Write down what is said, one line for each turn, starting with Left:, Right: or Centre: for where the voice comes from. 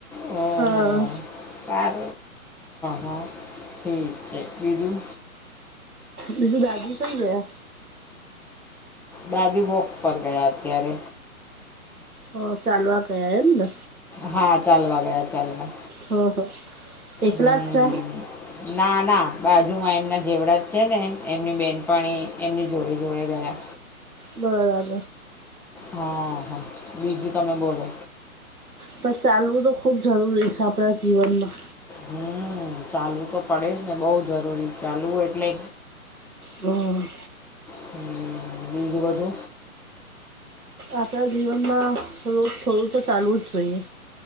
Centre: હ,
Right: હા
Centre: હ, હ કાર હઅ, ઠીક છે બીજું
Right: બીજું દાદી કઈ ગયા
Centre: દાદી વોક પર ગયા અત્યારે
Right: હ ચાલવા ગયા એમ ને
Centre: હા, ચાલવા, ગયા ચાલવા
Right: હ, હ, એકલા
Centre: હમ
Right: જ
Centre: ના, ના બાજુમાં એમના જેવડા જ છે ને એમની બેહેનપણી એમની જોડે જોડે ગયા
Right: બરાબર
Centre: હા, હા, બીજું તમે બોલો
Right: પણ ચાલવું તો ખુબ જરૂરી છે આપણા જીવનમાં
Centre: હમ, ચાલવું તો પડે જ ને બહુ જરૂરી ચાલવું એટલે
Right: હમ
Centre: હું બીજું બધુ
Right: આપણા જીવનમાં રોજ થોડું તો ચાલવું જ જોઈએ